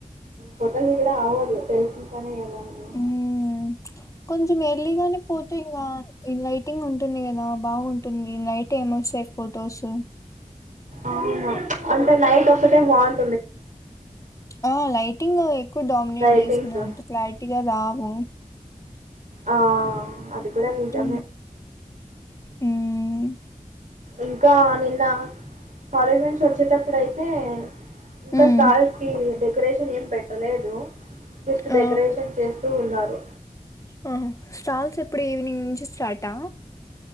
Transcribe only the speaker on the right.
ఫోటో దిగడం అవదు తెలిసనా పనే కదా అని
అవును అంటే నైట్ ఒకటే మన్
లైటింగ్స్
ఆ అది డ మీంటే
ఇంకా నిన్న కాలేజ్ నుంచి వచ్చేటప్పుడు అయితే ఇంకా
స్టాల్స్ కి డెకరేషన్ ఏం పెట్టలేదు జస్ట్ డెకరేషన్
చేస్తూ ఉన్నారు